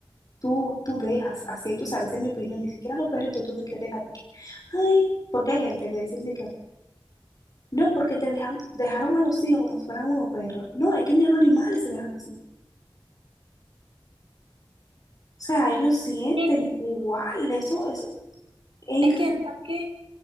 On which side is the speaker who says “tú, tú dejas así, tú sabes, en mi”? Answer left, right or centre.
Left